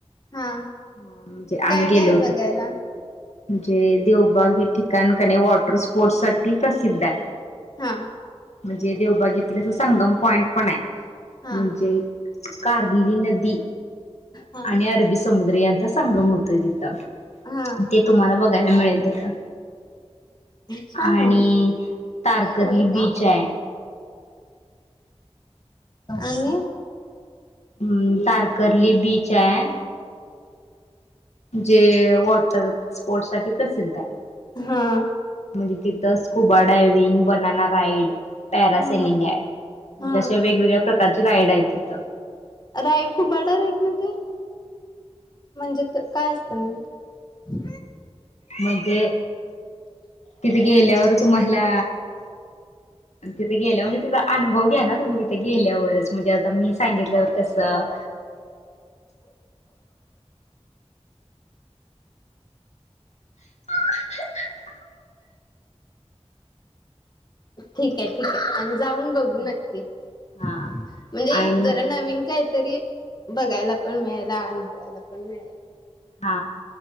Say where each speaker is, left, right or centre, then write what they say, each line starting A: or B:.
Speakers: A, on the left (about 40°); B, on the left (about 85°).
A: हा
B: म्हणजे आम्ही
A: काय
B: गेलो
A: काय आहे
B: होतो.
A: बघायला
B: म्हणजे देवबाग हे ठिकाण कणे वॉटर स्पोर्टस साठी प्रसिद्ध आहे.
A: हा.
B: म्हणजे देवभग येत संगम पॉईंट पण आहे
A: हा
B: म्हणजे. कारली नदी.
A: हा
B: आणि अरबी समुद्र यांचा संगम होतोय तिथं.
A: हा
B: ते तुम्हाला बघायला मिळेल तिथं.
A: छान
B: आणि
A: आहे
B: तारकर्ली
A: होय
B: बीच
A: का
B: आहे.
A: आणि.
B: हम्म तारकर्ली बीच आहे. जे वॉटर स्पोर्ट साठी प्रसिद्ध आहे.
A: हा.
B: म्हणजे तिथं scuba diving banana ride. Para
A: हा
B: सलिंग आहे, म्हणजे
A: हा
B: अे वेगवेगळ्या प्रकारचे राईड आहेत तिथं.
A: रा खूप वाडा राईट ना ते <unintelligible> म्हणजे क काय असतं नेमकं.
B: म्हणजे तिथे गेल्यावर तुम्हाला. तिथे गेल्या तीजा अनुभव घ्या ना तुम्ही तिथे गेल्यावरच म्हणजे आता मी सांगितल्यावर कसं. <inaudible> ह
A: ठीक आहे ठीके आणि् जाऊन बघू नक्की
B: हा
A: म्हणजे
B: आणि
A: जरा नवीन काहीतरी बघायला पण मिळेल अनुभवायला पण मिळेल
B: हा